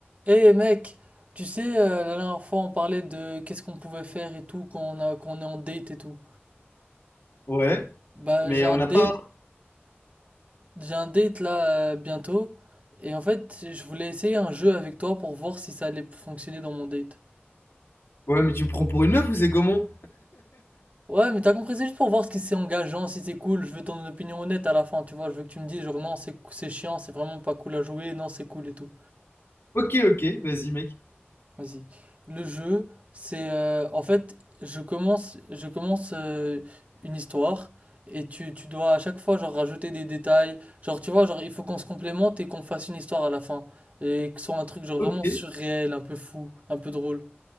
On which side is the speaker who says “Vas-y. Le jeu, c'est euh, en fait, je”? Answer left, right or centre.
Right